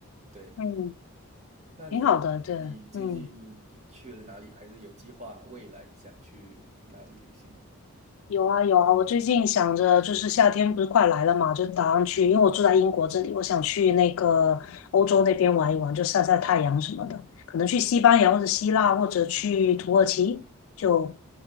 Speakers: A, on the left (about 70°); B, on the right (about 30°).
A: <laughs>
B: 对，
A: 嗯，
B: 那你呢？
A: 挺好的，
B: 你你最近去了哪里？
A: 对，嗯。
B: 还是有计划未来想去哪里旅行吗？
A: 有啊有啊，我最近想着就是夏天不是快来了嘛，就打算去，因为我住在英国这里，我想去那个欧洲那边玩一玩，就晒晒太阳什么的，可能去西班牙或者希腊或者去土耳其，就